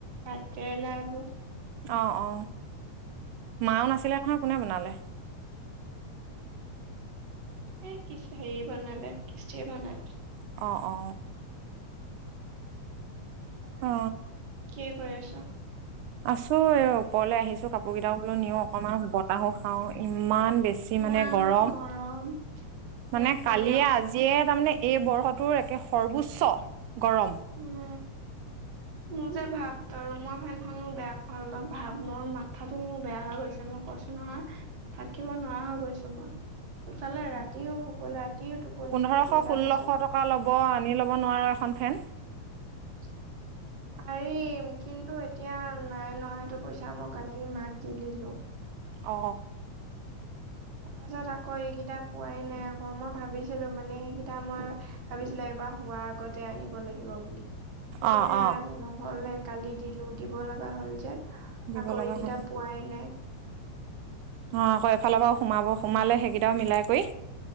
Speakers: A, on the right (about 55°); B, on the right (about 85°).
A: ভাত কেৰেলা আলু,
B: অ, অ, মাও নাছিলে নহয় কোনে বনালে?
A: এ কিছে হেৰিয় বনালে কিস্তে বনালে।
B: অ, অ, অ।
A: কি কৰি আছ?
B: আছোঁ এই ওপৰলৈ আহিছোঁ কাপোৰ কেইটা বোলো নিও অকনমান বতাহ খাও ইমান বেছি মানে
A: কিমান
B: গৰম
A: গৰম।
B: মানে
A: নকবি
B: কালিয়ে
A: আও
B: আজিয়ে তাৰমানে এই বৰ্ষটোৰ একে সৰ্বোচ্চ গৰম।
A: উম, মোৰ যে ভাব ত মই ফেনখননো বেয়া হলল ভাব মোৰ মাথাাতো মোৰ বেয়া হৈ গৈছে মোক কছো নহয় থাকিব নোৱাৰা হৈ গৈছোঁ মই ইফালে ৰাতিও শুবলৈ ৰাতিও টোপনি
B: পোন্ধৰশ
A: খতি তাৰ
B: ষোল্লশ
A: পিছত
B: টকা ল'ব আনি ল'ব নোৱাৰোঁ এখন ফেন।
A: <inaudible> পাৰিম কিন্তু এতিয়া নাই ন সেইটো পইচা মই কালি মাক দি দিলোঁ।
B: অ,
A: তাৰপিছত আকৌ এইকেইটা পোৱাই নাই আকৌ মই ভাবিছিলোঁ মানে সেইকেইটা মই ভাবিছিলোঁ এবাৰ হোৱাৰ আগতে আনিব লাগিব বুলি। কিন্তু
B: অ
A: হেয়া
B: অ
A: নহ'লে কালি দিলো দিব লগা হ'ল যে।
B: দিব
A: আকৌ
B: লগা
A: এইকেইটা
B: হয়
A: পোৱাই নাই।
B: অ, আকৌ এফালৰ পৰাও সোমাব সোমালে সেইকেইটাও মিলাই কৰি